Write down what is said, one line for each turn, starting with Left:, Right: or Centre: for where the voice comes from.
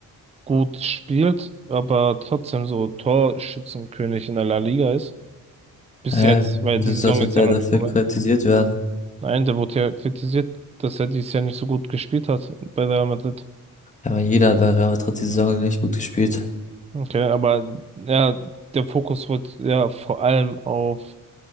Right: gut spielt, aber trotzdem so Torschützenkönig in der La Liga ist? Bis
Left: äh,
Right: jetzt, weil
Left: wieso
Right: die Saison
Left: sollte
Right: ist
Left: der
Right: ja noch
Left: dafür
Right: nicht vorbei.
Left: kritisiert werden?
Right: Nein, der wurde ja kritisiert, dass er dieses Jahr nicht so gut gespielt hat bei Real Madrid.
Left: Ja, jeder hat bei Real Madrid die Saison nicht gut gespielt.
Right: Okay, aber ja, der Fokus wird ja vor allem auf